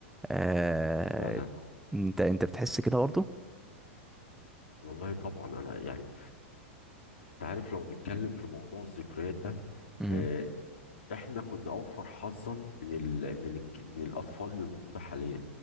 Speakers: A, in the centre; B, on the left (about 70°).
A: آه،
B: فعلا
A: انت انت بتحس كده برضه
B: والله طبعا انا يعني انت عارف لو نتكلم في موضوع الذكريات ده
A: امم
B: آه، احنا كنا اوفر حظا من ال من ال من الاطفال اللي موجوده حاليا